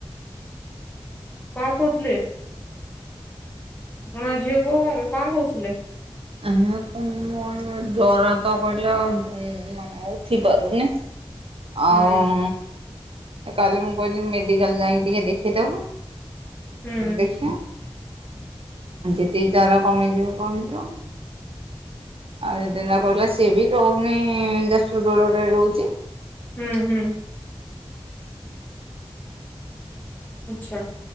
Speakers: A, on the left (about 20°); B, on the right (about 70°).
A: କଣ କହୁଥିଲେ? ଆପଣଙ୍କ ଝିଅ କଉ କଣ କହୁଥିଲେ?
B: ଏହେଁ କୋଁକଁଇଲା ଜର ତ କହିଲାଉ ଉଁଉ। ଅଁ ଉଠି ପାରୁନି।
A: ହୁଁ
B: ଆଉଁ, କାଲି ମୁଁ କହିଲି ମେଡିକାଲ୍ ଯାଇଁକି ଟିକେ ଦେଖେଇଦବୁ।
A: ହୁଁ
B: ଦେଖିଆଁ । ଯେତିକି ଜର କମିଯିବ କମିଯିବ। ଆଉ ଦିନ କହିଲା, ସିଏ ବି ରହୁନି। ଯାଜପୁର ରୋଡରେ ରହୁଚି।
A: ହୁଁ, ହୁଁ। ଆଛା।